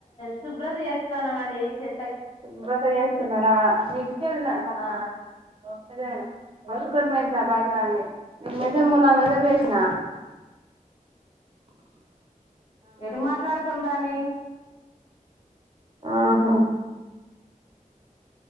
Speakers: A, on the left; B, on the right.
A: శుభ్రత చేస్తాన్నాం అండి చె
B: తొందరగా చేస్తున్నారా నీకు ఇచ్చేది నా సప్న
A: ఆ
B: దేనాషకమ బాయక రా అని మెజర్ ము మెజర్ చే నా
A: ఎది మాట్లాడుతుండ రాని
B: ఆహా